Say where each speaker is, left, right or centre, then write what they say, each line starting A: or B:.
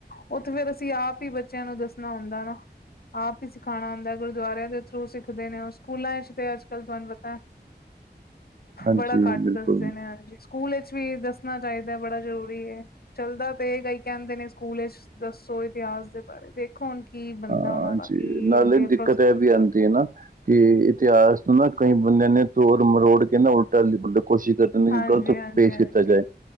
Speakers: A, on the left; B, on the right.
A: ਉਹ ਤੇ ਫਿਰ ਅਸੀਂ ਆਪ ਹੀ ਬੱਚਿਆਂ ਨੂੰ ਦੱਸਣਾ ਹੁੰਦਾ ਨਾ। ਆਪ ਹੀ ਸਿਖਾਉਣਾ ਹੁੰਦਾ। ਗੁਰਦੁਆਰਿਆਂ ਦੇ ਥਰੂ ਸਿੱਖਦੇ ਨੇ ਉਹ, ਸਕੂਲਾਂ 'ਚ ਤੇ ਅੱਜ ਕੱਲ ਤੁਹਾਨੂੰ ਪਤਾ
B: ਹਾਂਜੀ
A: ਬੜਾ ਘੱਟ
B: ਬਿਲਕੁਲ।
A: ਦੱਸਦੇ ਨੇ ਹਾਂਜੀ, ਸਕੂਲ ਵਿੱਚ ਵੀ ਦੱਸਣਾ ਚਾਹੀਦਾ ਬੜਾ ਜ਼ਰੂਰੀ ਹੈ। ਚੱਲਦਾ ਤੇ, ਕਈ ਕਹਿੰਦੇ ਨੇ ਸਕੂਲ ਵਿੱਚ ਦੱਸੋ ਇਤਿਹਾਸ ਪਰ ਦੇਖੋ ਹੁਣ ਕੀ ਬਣਦਾ
B: ਹਾਂ
A: ਉਹਨਾਂ ਦਾ,
B: ਜੀ
A: ਕੀ
B: ਨਾਲੇ
A: ਅੱਗੇ
B: ਦਿੱਕਤ ਵੀ ਆਉਂਦੀ
A: ਕਰਦੇ
B: ਹੈ ਨਾ ਕਿ ਇਤਿਹਾਸ ਨੂੰ ਨਾ ਕਈ ਬੰਦਿਆਂ ਨੇ ਤੋੜ ਮਰੋੜ ਕੇ ਨਾ ਉਲਟਾ ਲਿਖਣ ਕੋਸ਼ਿਸ਼ ਕਰ
A: ਹਾਂਜੀ
B: ਗਲਤ
A: ਹਾਂਜੀ
B: ਪੇਸ
A: ਹਾਂਜੀ
B: ਕੀਤਾ ਜਾਏ।